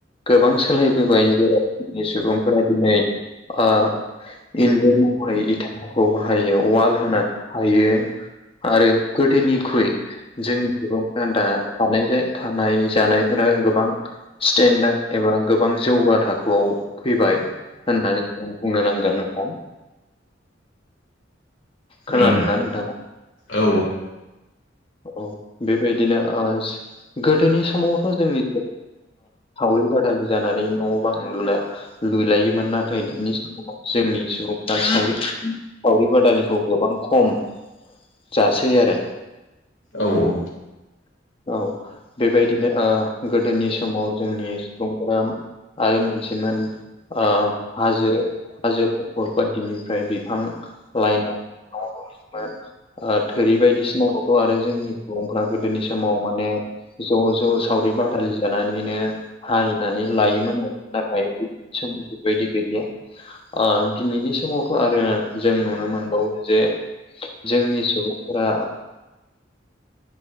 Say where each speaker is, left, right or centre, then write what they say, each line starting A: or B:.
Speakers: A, on the left; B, on the left.
A: गोबां सोलायबोबाय जेरावनि सुबुं दिनै ओ इनजुर महरै इथा खौ बाहायो उवाल होनानै थायो आरो गोदोनिख्रुइ जोंनि सुबुंफ्रा दा थानाय जे थानाय जानायफोरा गोबां स्टेन्डार्ड एबा गोबां जौगा थाखोआव फैबाय होननानै जों बुंनो नांगोन नोंथां खोनादोंना
B: उम
A: नोंथाङा
B: औ
A: औ बेबायदिनो गोदोनि समावथ' जोंनि सावरि बादालि जानानै न' बां लुनाय लुइलायोमोन नाथाय दानि समाव जोंनि सुबुं दा सावरि सावरि बादालिखौ गोबां खम जासै आरो
B: औ-औ
A: औ बेबायदिनो गोदोनि समाव जोंनि सुबुंफोरा आरो मोनसेमोन आ हाजो हाजो खंखर बादिनिफ्राय बिफां लायनाय न थोरि बायदिसिनाखौथ' आरो जोंनि सुबुंफ्रा गोदोनि समाव माने ज' ज' सावरि बादालि जानानैनो हायनानै लायोमोन नाथाय <unintelligible> बैदि गैलिया आ दिनैनि समावथ' आरो जों नुनो मोनबावो जे जोंनि सुबुंफोरा